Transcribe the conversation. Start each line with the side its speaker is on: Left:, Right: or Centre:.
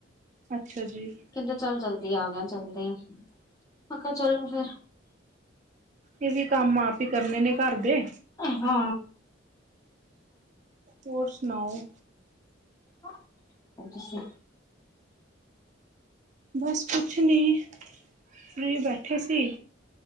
Right: ਅੱਛਾ ਜੀ
Left: ਕਹਿੰਦੇ ਚੱਲ ਜਲਦੀ ਆ ਗਿਆ ਚੱਲ। ਮੈਂ ਕਿਹਾ ਚਲੋ ਫੇਰ।
Right: ਤੁਸੀਂ ਕੰਮ ਆਪ ਹੀ ਕਰਨੇ ਨੇ। ਘਰ ਦੇ
Left: ਹਾਂ।
Right: ਹੋਰ ਸੁਣਾਓ?
Left: ਹ ਤੁਸੀ।
Right: ਬਸ ਕੁਛ ਨੀ ਫਰੀ ਬੈਠੇ ਸੀ।